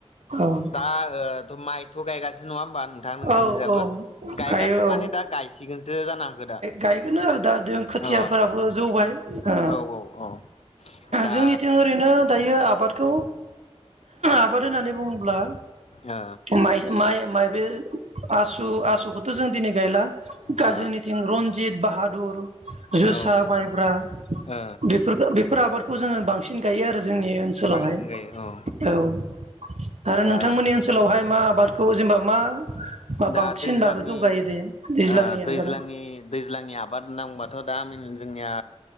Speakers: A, on the right (about 85°); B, on the left (about 75°).
A: औ
B: दा ओ थ माइथ गायगासिनो नङा होमबा नोंथां नोंसोरनिजाबो
A: औ औ
B: गायगासिनो
A: गायो औ
B: माने दा गायसिगोनसो जानागो दा
A: गायगोन आरो दा जों खोथियाफोराबो
B: अ
A: जौबाय ओ
B: औ औ औ दा
A: जोंनिथिं ओरैनो दायो आबादखौ आबाद होननानै बुंब्ला
B: ओ
A: माइ-माइ-माइबे आसु-आसुखौथ थ जों दिनै गायला। गाज्रिनिथिं
B: ओ
A: रनजित बाहादुर जोसा
B: औ
A: माइब्रा
B: ओ
A: बेफोरखो बेफोर आबाद। खौ जोङो बां सिन गायो आरो जोंनि ओन्सोलाव
B: बांसिन
A: हाय
B: गायो औ
A: औ। आरो नोंथांमोननि
B: ओ
A: ओनसोलाव ओमफ्राय मा आबादखौ जेनेबा मा मा
B: दा
A: बांसिन
B: दैज्लांनि
A: माबाखौ गायो दायो दैज्लांनि
B: ओ दैज्लांनि
A: आबादाव
B: दैज्लांनि आबाद होननानै बुङोबाथ दा जोंनिया